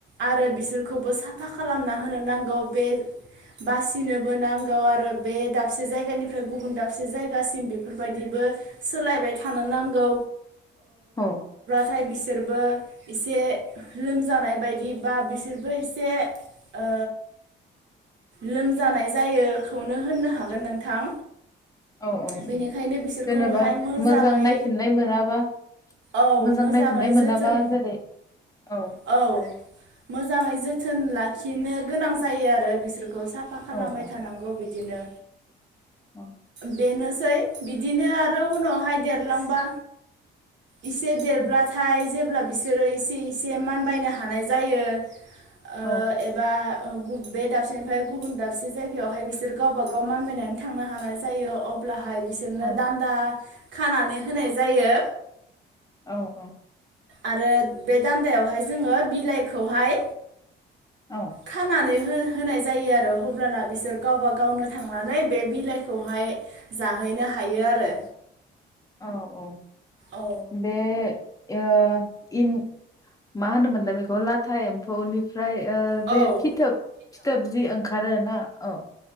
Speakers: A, on the right; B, on the left.
A: आरो बिसोर खौबो साफा खालामना होनो नांगौ बे बासिनोबो नांगौ आरो बे दाबसे जायगानिफ्राय गुबुन दाब से जायगासिम बेफोरबायदिबो सोलायबाय थानो नांगौ।
B: औ
A: थाय बिसो बिसोरबो एसे लोमजानाय बायदि बा बिसोरबो एसे ओ लोमजानाय जायोखौनो होननो हागोन नोंथां।
B: औ औ औ
A: बेनिखायनो बिसोरखौहाय
B: जेनेबा
A: मोजाङै
B: मोजां नायफिननाय मोनाबा
A: औ
B: मोजां
A: मोजाङै
B: नायफिननाय मोनाबा
A: जोथोन
B: जेरै औ
A: औ मोजाङै जोथोन लाखिनो गोनां जायो आरो बिसोर खौ साफा खालामबाय
B: औ औ
A: थानांगौ बिदिनो
B: औ
A: बेनोसै बिदिनो आरो उनावहाय देरलांबा इसे देरब्लाथाय
B: औ
A: जेब्ला बिसोरो इसे इसे मानबायनो हानाय जायो ओ
B: औ
A: एबा बे दाबसेनिफ्राय गुबुन दाबसे जायगायावहाय बिसोर गावबा गाव मानबायनानै थांनो हानाय जायो अब्लाहाय बिसोरनो
B: औ
A: दानदा खानानै होनाय जायो
B: औ औ
A: आरो बे दान्दायावहाय जोङो बिलाइखौहाय
B: औ
A: खानानै हो-होनाय जायो आरो अब्लाना बिसोर गावबा गावनो थांनानै बे बिलाइ खौहाय जाहैनो हायो आरो
B: औ औ
A: औ
B: बे ओ इन मा होनोमोनलाय बेखौ लाथा एम्फौनिफ्राय ओमफ्राय ओ
A: औ
B: जे फिथोब फिथोब जि ओं आरोना औ